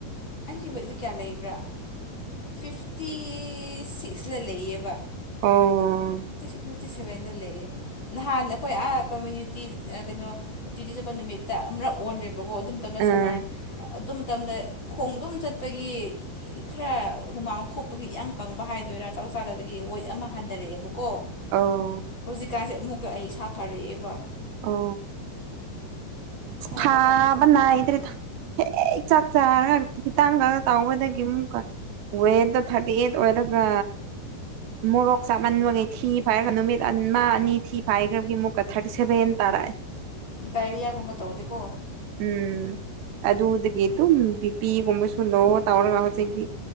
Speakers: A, on the left; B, on the right.
A: ꯑꯩꯒꯤ ꯋꯦꯠꯗꯨ ꯀꯌꯥ ꯂꯩꯕ꯭ꯔꯥ ꯐꯤꯏꯞꯇꯤ ꯏ ꯁꯤꯛꯁꯂ ꯂꯩꯌꯦꯕ
B: ꯑꯣ
A: ꯐꯤꯇꯤ ꯐꯤꯐꯇꯤ ꯁꯚꯦꯟꯗ ꯂꯩꯑꯦ ꯅꯍꯥꯟ ꯑꯈꯣꯏ ꯑꯥ ꯀꯝꯃꯨꯌꯨꯅꯤꯇꯤ ꯑ ꯀꯩꯅꯣ ꯗ꯭ꯌꯨꯇꯤ ꯆꯠꯄ ꯅꯨꯃꯤꯠ ꯇ ꯑꯃꯔꯛ ꯑꯣꯜꯂꯦꯕꯀꯣ ꯑꯗꯨꯝ ꯇꯝꯗ
B: ꯑꯥ
A: ꯁꯝꯃꯔ ꯑꯗꯨꯝ ꯇꯝꯗ ꯈꯣꯡ ꯑꯗꯨꯝ ꯆꯠꯄꯒꯤ ꯈꯔ ꯍꯨꯃꯥꯡ ꯊꯣꯛꯄꯒꯤ ꯏ ꯀꯪꯕ ꯍꯥꯏꯗꯣꯏꯔꯥ ꯆꯥꯎ ꯆꯥꯗꯕꯒꯤ ꯋꯦꯠ ꯑꯃ ꯍꯟꯗꯔꯛꯑꯦꯕꯛ ꯀꯣ
B: ꯑꯣ
A: ꯍꯧꯖꯤꯛꯀꯥꯟꯁꯦ ꯑꯃꯨꯛꯀ ꯑꯩ ꯐꯁꯥ ꯐꯔꯛꯑꯦꯕ
B: ꯑꯣ
A: ꯆꯥꯕ
B: ꯐꯥꯕꯅꯥꯏꯗ꯭ꯔꯦꯗ
A: ꯊꯛꯄ ꯃꯇꯝ ꯇꯧꯕꯒꯤ
B: ꯍꯦ ꯍꯦꯛ ꯆꯥꯛ ꯆꯥꯔꯒ ꯄꯨꯈꯤꯇꯥꯡꯒ ꯀꯅꯣ ꯇꯎꯕꯗꯒꯤ ꯑꯃꯨꯛꯀ ꯋꯦꯠꯇꯣ ꯊꯥꯔꯇꯤ ꯑꯦꯠ ꯑꯣꯏꯔꯒ ꯃꯣꯔꯣꯛ ꯆꯥꯃꯟꯕꯒꯤ ꯊꯤ ꯐꯥꯏꯔꯒ ꯅꯨꯃꯤꯠ ꯑꯟ ꯃꯥ ꯑꯅꯤ ꯊꯤ ꯐꯥꯏꯈ꯭ꯔꯕꯒꯤ ꯑꯃꯨꯛꯀ ꯊꯥꯔꯇꯤ ꯁꯚꯦꯟ ꯇꯥꯔꯑꯦ
A: ꯗꯥꯏꯔꯤꯌꯥꯒꯨꯝꯕ ꯇꯧꯗꯦꯀꯣ
B: ꯎꯝ ꯑꯗꯨꯗꯒꯤ ꯑꯗꯨꯝ ꯕꯤ ꯄꯤ ꯒꯨꯝꯕꯁꯨ ꯂꯣ ꯇꯔꯒ ꯍꯣꯖꯤꯛꯗꯤ